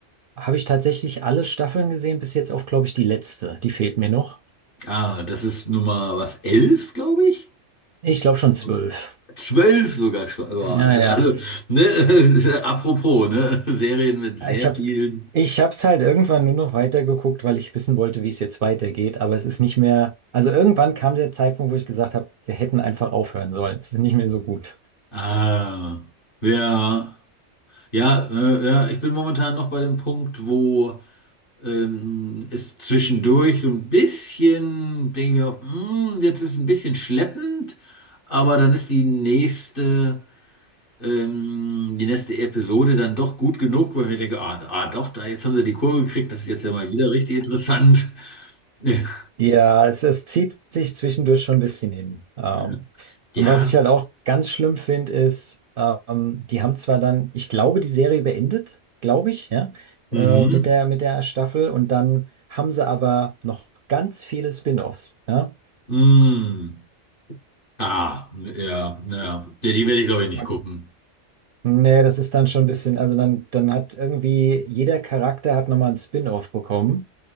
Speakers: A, on the right (about 60°); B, on the left (about 45°).
A: habe ich tatsächlich alle Staffeln gesehen, bis jetzt auf, glaube ich, die letzte. Die fehlt mir noch.
B: Ah, das ist Nummer was, elf, glaube ich?
A: Ich glaube schon zwölf.
B: Mhm. Zwölf sogar schon. Boah,
A: Ja, ja.
B: also, ne, <laughs> apropos, ne? Serien mit sehr
A: Ich hab's,
B: vielen.
A: ich hab's halt irgendwann nur noch weitergeguckt, weil ich wissen wollte, wie es jetzt weitergeht. Aber es ist nicht mehr. Also irgendwann kam der Zeitpunkt, wo ich gesagt habe, sie hätten einfach aufhören sollen. Es ist nicht mehr so gut.
B: Ah, ja, ja, äh, ja, ich bin momentan noch bei dem Punkt, wo ähm, es zwischendurch so ein bisschen, denke ich mir auch, hm, jetzt ist es ein bisschen schleppend, aber dann ist die nächste. ähm, die nächste Episode dann doch gut genug, weil ich denke, ah, ah doch, da jetzt haben sie die Kurve gekriegt, das ist jetzt ja mal wieder richtig interessant. <laughs>
A: Ja, es, es zieht sich zwischendurch schon ein bisschen hin. Ähm,
B: Ja. Ja.
A: und was ich halt auch ganz schlimm finde, ist, ähm, die haben zwar dann, ich glaube, die Serie beendet, glaube ich, ja, äh,
B: Mhm.
A: mit der, mit der Staffel und dann haben sie aber noch ganz viele Spin-offs, ja.
B: Mhm. Ah, ja, ja. Ja, die werde ich, glaube ich, nicht
A: Und
B: gucken.
A: nee, das ist dann schon ein bisschen, also dann, dann hat irgendwie jeder Charakter hat nochmal einen Spin-off bekommen,